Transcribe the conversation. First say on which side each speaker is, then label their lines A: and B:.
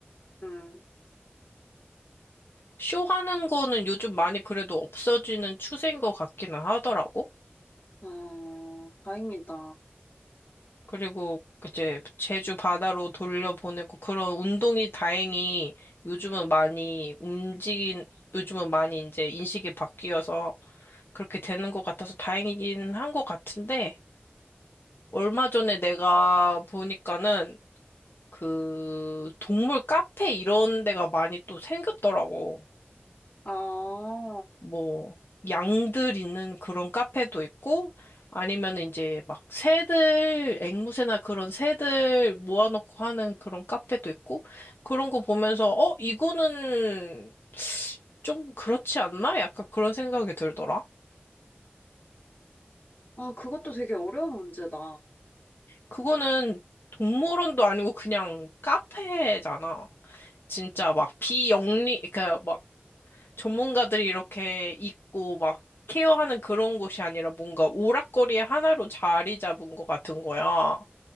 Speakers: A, on the left; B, on the left.
A: 음.
B: 쇼하는 거는 요즘 많이 그래도 없어지는 추세인 것 같기는 하더라고.
A: 아, 다행이다.
B: 그리고 이제 제주 바다로 돌려보내고 그런 운동이 다행히 요즘은 많이 움직인, 요즘은 많이 이제 인식이 바뀌어서 그렇게 되는 것 같아서 다행이긴 한 것 같은데 얼마 전에 내가 보니까는 그 동물 카페 이런 데가 많이 또 생겼더라고.
A: 아,
B: 뭐 양들 있는 그런 카페도 있고 아니면 이제 막 새들 앵무새나 그런 새들 모아놓고 하는 그런 카페도 있고 그런 거 보면서 어 이거는 좀 그렇지 않나? 약간 그런 생각이 들더라.
A: 아, 그것도 되게 어려운 문제다.
B: 그거는 동물원도 아니고 그냥 카페잖아. 진짜 막 비영리 그러니까 전문가들이 이렇게 있고 막 케어하는 그런 곳이 아니라 뭔가 오락거리의 하나로 자리 잡은 것 같은 거야.